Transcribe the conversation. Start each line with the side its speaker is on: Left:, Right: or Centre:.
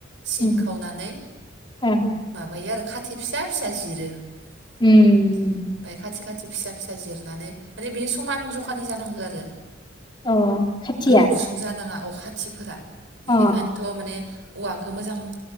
Right: सिं
Left: उम
Right: खावनानै
Left: ओं
Right: माबायो आरो खाथि फिसा फिसा जिरो बाय
Left: उम
Right: खाथि खा खाथि फिसा फिसा जिरनानै माने बे समान जखानि जानांगौ आरो
Left: अ खाथिया
Right: गोलाव गुसुं जानाङा अ खाथिफोरा बेनिखायनोथ'
Left: अ
Right: माने औवखौ मोजां